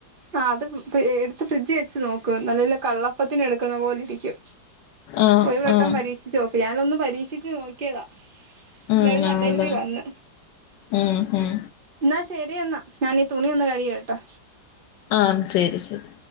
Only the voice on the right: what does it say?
ആ അത് എടുത്ത് ഫ്രിഡ്ജി വെച്ച് നോക്ക് നല്ല കള്ളപ്പത്തിന് എടുക്ക്ന്ന പോലിരിക്കും
ഒരു വട്ടം
പരീക്ഷിച്ച് നോക്ക് ഞാനൊന്ന് പരീക്ഷിച്ച് നോക്കിയതാ
എന്തായാലും നല്ല
രീതി വന്ന്
ന്നാ ശരിയെന്നാ ഞാനീ തുണി ഒന്ന് കഴികിയിടട്ടെ